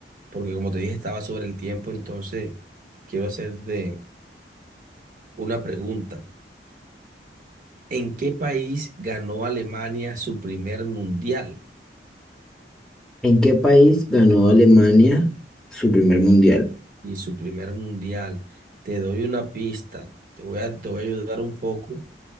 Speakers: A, on the right (about 50°); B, in the centre.
A: porque como te dije, estaba sobre el tiempo, entonces quiero hacerte una pregunta. ¿En qué país ganó Alemania su primer mundial?
B: ¿En qué país ganó Alemania su primer mundial?
A: Y su primer mundial, te doy una pista, te voy a, te voy a ayudar un poco.